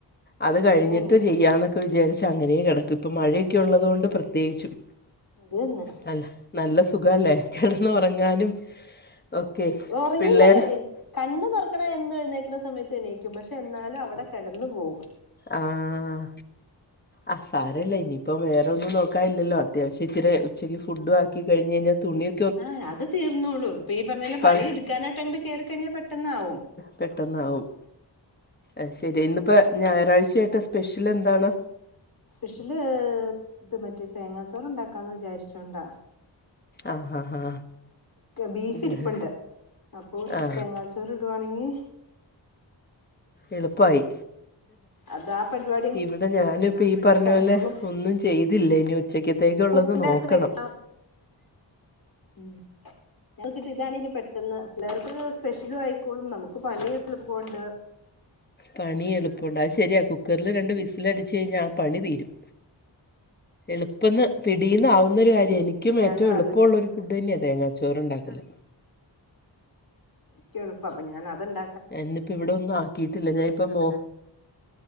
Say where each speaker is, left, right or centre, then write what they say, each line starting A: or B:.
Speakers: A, on the left (about 20°); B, on the left (about 50°).
A: അത് കഴിഞ്ഞിട്ട്
B: ഉം
A: ചെയ്യാന്നൊക്കെ വിചാരിച്ച് അങ്ങനെയും കിടക്കും ഇപ്പോ മഴയൊക്കെ
B: ആഹ്
A: ഉള്ളതുകൊണ്ട് പ്രത്യേകിച്ചും
B: അത് തന്നെ
A: നല്ല നല്ല സുഖല്ലേ കിടന്ന് ഉറങ്ങാനും ഒക്കെ
B: ഉറങ്ങിയില്ലല്ലോ
A: പിള്ളേർ
B: കണ്ണ് തുറക്കണ എന്നു എഴുന്നേക്കണ സമയത്ത് എണീക്കും പക്ഷെ എന്നാലും അവിടെ കിടന്നു പോവും
A: ആഹ് ആഹ് സാരവില്ല ഇനിയിപ്പ വേറൊന്നും നോ ക്കായില്ലല്ലോ അത്യാവശം ഇച്ചിരി ഉച്ചക്ക് ഫുഡ് ആക്കി കഴിഞ്ഞ് കഴിഞ്ഞാൽ തുണിയൊ
B: ആഹ് അത് തീർന്നോളൂ ഇപ്പൊ ഈ പറഞ്ഞോല്ലെ
A: പ
B: പണി എടുക്കാനായിട്ട് അങ്ങോട്ട് കേറിക്കഴിഞ്ഞാൽ പെട്ടന്നാവും
A: പെട്ടെന്നാവും അയ്ശരി ഇന്നിപ്പോ ഞായറാഴ്ചയായിട്ട് സ്പെഷ്യൽ എന്താണ്
B: സ്പെഷ്യല് ഇത് മറ്റേ തേങ്ങാച്ചോറ് ഉണ്ടാക്കാന്ന് വിചാരിച്ചോണ്ടാ
A: ആ ഹാ ഹാ
B: ബീഫ്
A: ഞാൻ
B: ഇരിപ്പുണ്ട് അപ്പൊ ഇത്തി
A: ആ
B: തേങ്ങ ചോ ചെറുവിടുവാണെങ്കി
A: എളുപ്പയി
B: അത് ആ പരിപാടി
A: ഇവിടെ ഞാനും ഇപ്പ ഈ പറഞ്ഞ
B: കഴിഞ്ഞോളും
A: പോലെ ഒന്നും ചെയ്തില്ല ഇനി ഉച്ചയ്ത്തേക്ക്‌ ഉള്ളത്
B: കുക്കിന്റെ
A: നോക്കണം
B: അകത്ത് വെക്കാം ഉം ഞങ്ങൾക്ക് ഇതാണി പെട്ടെന്ന് പിള്ളേർക്കൊരു സ്പെഷ്യലും ആയിക്കോളും നമുക്ക് പണി എളുപ്പോണ്ട്
A: പണി എളുപ്പവുണ്ട് അത് ശരിയാ കുക്കറിൽ രണ്ട് വിസിൽ അടിച്ച് ആഹ് കഴിഞ്ഞാൽ ആഹ് പണി തീരും എളുപ്പന്ന് പിടിന്ന് ആവുന്ന ഒരു കാര്യാ
B: അങ്ങനെയൊക്കെ
A: എനിക്കും
B: ഞാനും
A: ഏറ്റവും എളുപ്പവുള്ളൊരു
B: ആലോചി
A: ഫുഡ് തന്നെയാണ് തേങ്ങാച്ചോറ് ഉണ്ടാക്കല്
B: ക്ക്‌ എളുപ്പ അപ്പോ ഞാൻ അതുണ്ട
A: ഇന്നിപ്പോ ഇവിടെ ഒന്നും ആക്കിയിട്ടില്ല ഞാനിപ്പ മോ